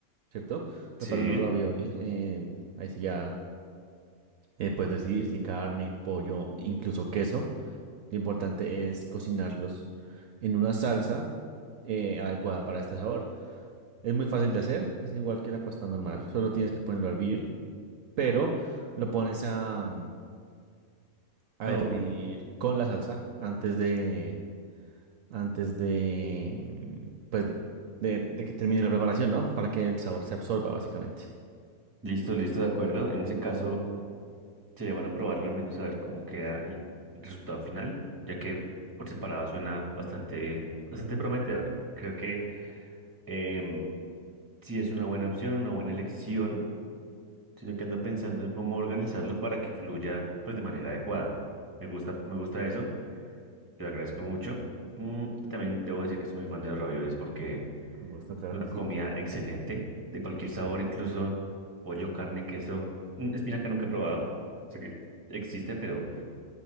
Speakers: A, on the right (about 70°); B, on the right (about 15°).
A: ¿cierto? Prepara
B: Sí.
A: unos raviolis, eh, ahí sí ya eh, puedes decidir si carne, pollo, incluso queso. Lo importante es cocinarlos en una salsa eh, adecuada para este sabor. Es muy fácil de hacer, es igual que la pasta normal, solo tienes que ponerlo a hervir, pero lo pones a, mm, a
B: Oh,
A: hervir con la salsa antes de, antes de, mm, pues, de, de que termine la preparación, ¿no? Para que el sabor se absorba, básicamente.
B: listo, listo, de acuerdo. En ese caso, sería bueno probarlo, al menos saber cómo queda el resultado final, ya que por separado suena bastante, bastante prometedor. Creo que em, sí es una buena opción, una buena elección, sino que ando pensando en cómo organizarlo para que fluya pues de manera adecuada. Me gusta, me gusta eso, te lo agradezco mucho. Mm, y también debo decir que soy muy fan de los raviolis porque
A: Con gusto, claro
B: Una
A: que
B: comida
A: sí.
B: excelente, de cualquier sabor, incluso pollo, carne, queso, mm, espinaca nunca he probado, sé que existe, pero,